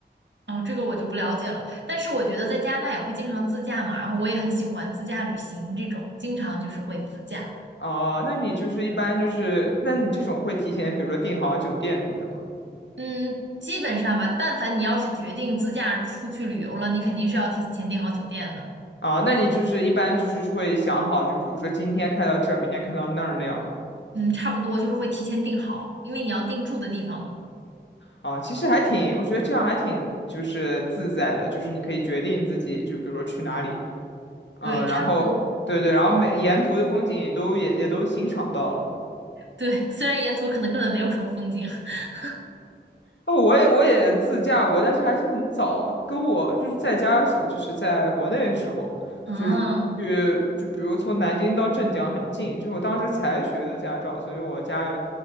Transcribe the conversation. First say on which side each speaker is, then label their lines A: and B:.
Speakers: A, on the right; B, on the left.
A: 哦，这个我就不了解了。但是我觉得在加拿大也会经常自驾嘛，然后我也很喜欢自驾旅行这种，经常就是会自驾。
B: 哦、那你就是一般就是，那你这种会提前比如说订好酒店什么的吗？
A: 嗯，基本上吧，但凡你要是决定自驾出去旅游了，你肯定是要提前订好酒店的。
B: 啊、那你就是一般就是会想好，就比如说今天开到这儿，明天开到那儿那样吗？
A: 嗯，差不多就是会提前订好，因为你要定住的地方嘛。
B: 啊，其实还挺，我觉得这样还挺就是自在的，就是你可以决定自己，就比如说去哪里，嗯，
A: 对，差不多。
B: 然后对对，然后每沿途的风景都也也都欣赏到了。
A: 是的。对，虽然沿途可能根本没有什么风景。<laughs>
B: 哦，我也我也自驾过，但是还是很早了跟我就是在家的时候，就是在国内的时候，
A: 嗯，
B: 就是去就比如从南京到镇江很近，就我当时才学的驾照，所以我家也